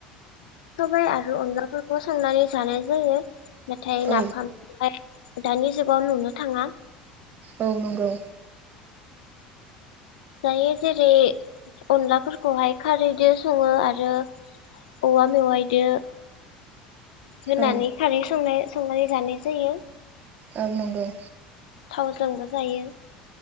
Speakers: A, on the left; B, on the right.
A: सबाय आरो अनलाफोरखौ संनानै जानाय जायो। नाथाय
B: औ
A: नाफामखौहाय दानि जुगाव नुनो थाङा
B: औ नंगौ।
A: जायो जेरै अनलाफोरखौहाय खारैदो सङो आरो औवा मेवायदो होनानै
B: औ
A: खारै संनाय संनानै जानाय जायो।
B: ओं नोंगौ।
A: थावजोंबो जायो।